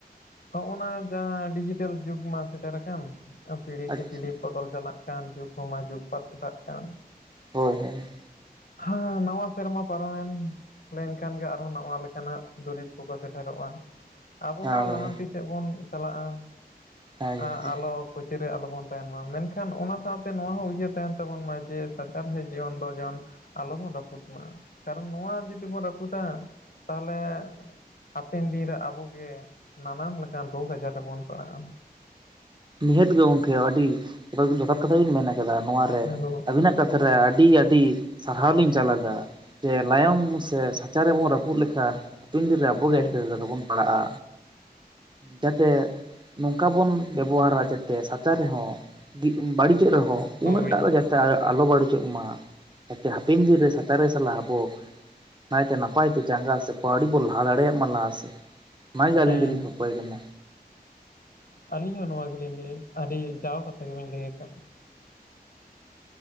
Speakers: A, on the left; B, on the right.
A: ᱦᱚᱜᱱᱟ ᱡᱟᱦᱟᱸ ᱰᱤᱡᱤᱴᱮᱞ ᱡᱩᱜᱽ ᱢᱟ ᱥᱮᱴᱮᱨ ᱟᱠᱟᱱ ᱾ ᱯᱤᱲᱦᱤ
B: ᱟᱪᱪᱷᱟ
A: ᱠᱮ ᱯᱤᱲᱦᱤ ᱵᱚᱫᱚᱞ ᱪᱟᱞᱟᱜ ᱠᱟᱱ ᱡᱩᱜᱽ ᱠᱚᱢᱟ ᱡᱩᱜᱽ ᱵᱟᱛᱴᱟᱜ ᱠᱟᱱ ᱾
B: ᱦᱳᱭ ᱦᱳᱭ ᱾
A: ᱦᱮᱸ ᱱᱟᱣᱟ ᱥᱮᱨᱢᱟ ᱯᱟᱨᱚᱢᱮᱱ ᱞᱮᱱᱠᱷᱟᱱ ᱜᱮ ᱟᱨᱦᱚᱸ ᱱᱟᱣᱟ ᱞᱮᱠᱟᱱᱟᱜ ᱫᱩᱨᱤᱵᱽ ᱠᱚᱠᱚ ᱥᱮᱴᱮᱨᱚᱜ-ᱟ ᱟᱵᱚ ᱦᱚᱸ
B: ᱦᱳᱭ
A: ᱞᱟᱦᱟᱱᱛᱤ ᱥᱮᱫ ᱵᱚᱱ ᱪᱟᱞᱟᱜ-ᱟ ᱾
B: ᱦᱮᱸ
A: ᱟᱸ
B: ᱜᱚᱝᱠᱮ
A: ᱟᱞᱳ ᱯᱟᱹᱪᱟᱹᱨᱮ ᱟᱞᱚᱵᱚᱱ ᱛᱟᱦᱮᱱ ᱢᱟ ᱢᱮᱱᱠᱷᱟᱱ ᱚᱱᱟ ᱥᱟᱶᱛᱮ ᱱᱚᱣᱟ ᱦᱚᱸ ᱩᱭᱦᱟᱹᱨ ᱛᱟᱦᱮᱱ ᱛᱟᱵᱚᱱ ᱢᱟ ᱡᱮ ᱥᱟᱪᱟᱨᱦᱮᱫ ᱡᱤᱭᱚᱱ ᱫᱚ ᱡᱮᱢᱚᱱ ᱟᱞᱚᱵᱚᱱ ᱨᱟᱹᱯᱩᱫ ᱢᱟ ᱠᱟᱨᱚᱱ ᱱᱚᱣᱟ ᱡᱩᱫᱤ ᱵᱚᱱ ᱨᱟᱹᱯᱩᱫᱟ ᱛᱟᱦᱚᱞᱮ ᱦᱟᱯᱮᱱ ᱫᱤᱱᱨᱮ ᱟᱵᱚᱜᱮ ᱱᱟᱱᱟᱱ ᱞᱮᱠᱟᱱ ᱨᱳᱜᱽ ᱟᱡᱟᱨ ᱨᱮᱵᱚᱱ ᱯᱟᱲᱟᱜ-ᱟ᱾
B: ᱱᱤᱦᱟᱹᱛ ᱜᱮ ᱜᱚᱢᱠᱮ ᱟᱹᱰᱤ ᱡᱚᱛᱷᱟᱛ ᱠᱟᱛᱷᱟ ᱵᱤᱱ ᱢᱮᱱ ᱟᱠᱟᱫᱟ ᱱᱚᱣᱟ ᱨᱮ
A: ᱦᱳᱭ
B: ᱟᱵᱤᱱᱟᱜ ᱠᱟᱛᱷᱟ ᱨᱮ ᱟᱹᱰᱤ ᱟᱹᱰᱤ ᱥᱟᱨᱦᱟᱣ ᱞᱤᱧ ᱪᱟᱞ ᱟᱫᱟ ᱾ ᱡᱮ ᱞᱟᱭᱚᱝ ᱥᱮ ᱥᱟᱪᱟ ᱨᱮ ᱵᱚᱱ ᱨᱟᱹᱯᱩᱫ ᱞᱮᱠᱷᱟᱱ ᱦᱟᱯᱮᱱ ᱫᱤᱱ ᱨᱮ ᱟᱵᱚ ᱟᱵᱚᱜᱤ
A: ᱦᱳᱭ
B: ᱮᱴᱠᱮᱴᱚᱬᱮ ᱨᱮᱵᱚᱱ ᱯᱟᱲᱟᱜ-ᱟ, ᱡᱟᱛᱮ ᱱᱚᱝᱠᱟ ᱵᱚᱱ ᱵᱮᱵᱚᱦᱟᱨᱟ ᱡᱟᱛᱮ ᱥᱟᱪᱟ ᱨᱮᱦᱚᱸ ᱵᱟᱹᱲᱤᱡᱚᱜ ᱨᱮᱦᱚᱸ ᱩᱱᱟᱹᱜ
A: ᱦᱳᱭ
B: ᱴᱟᱜᱨᱮ ᱡᱟᱛᱮ ᱟᱞᱚ ᱵᱟᱹᱲᱤᱡᱚᱜ ᱢᱟ᱾ ᱡᱟᱛᱮ ᱦᱟᱯᱮᱱ ᱫᱤᱱᱨᱮ ᱥᱟᱪᱟᱨᱮ ᱥᱟᱞᱟᱜ ᱟᱵᱚ ᱱᱟᱭᱛᱮ ᱱᱟᱯᱟᱭ ᱛᱮ ᱡᱟᱸᱜᱟ ᱥᱮ ᱯᱟᱣᱰᱤ ᱵᱚᱱ ᱞᱟᱦᱟ ᱫᱟᱲᱮᱭᱟᱜ ᱢᱟ ᱞᱟᱦᱟ ᱥᱮᱱ ᱚᱱᱟᱜᱮ ᱟᱹᱞᱤᱧ
A: ᱦᱮᱸ
B: ᱫᱚᱞᱤᱧ ᱠᱷᱚᱠᱚᱭ ᱠᱟᱱᱟ᱾
A: ᱟᱹᱞᱤᱧ ᱦᱚᱸ ᱱᱚᱣᱟ ᱜᱮᱞᱤᱧ ᱞᱟᱹᱭ, ᱟᱹᱰᱤ ᱡᱟᱣ ᱠᱟᱛᱷᱟ ᱜᱮᱵᱮᱱ ᱞᱟᱹᱭ ᱟᱠᱟᱫ ᱾